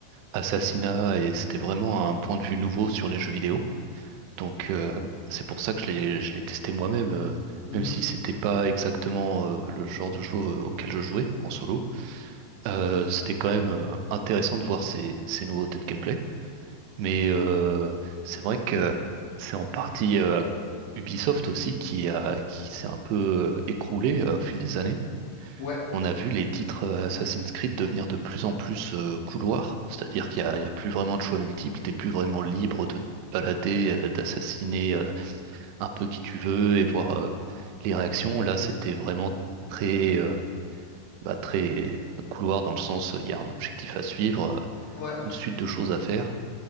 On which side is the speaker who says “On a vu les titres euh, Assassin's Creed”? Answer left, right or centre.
Right